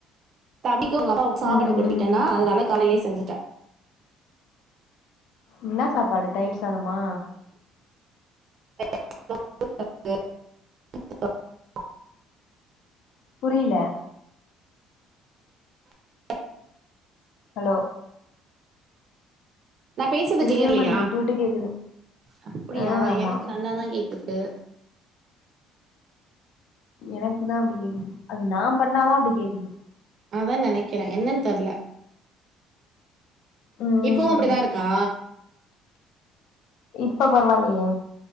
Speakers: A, on the right (about 45°); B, on the left (about 70°).
A: தம்பிக்கு அவங்க அப்பாவுக் சாப்பாடு
B: ம் ம்
A: குடுத்துட்டேனா அதனால காலைலே செஞ்சட்ட
B: இன்ன சாப்பாடு தயிர் சாதமா
A: <inaudible>
B: புரியில
A: <inaudible>
B: ஹலோ
A: நா பேசது
B: புரியவே
A: கிளியரில்லியா
B: மாட்டுது விட்டு விட்டு கேக்குது
A: அப்டியா
B: ஆ ஆமா
A: எனக்கு நல்லாதா கேக்குது
B: எனக்கு தா அப்டி கேக்குது அது நா பண்ணாதா அப்டி கேக்குது
A: அதா நெனைக்கிறே என்னன்னு தெர்ல
B: ம்
A: இப்பவூ அப்படி தா இருக்கா
B: இப்ப பரவால்லயே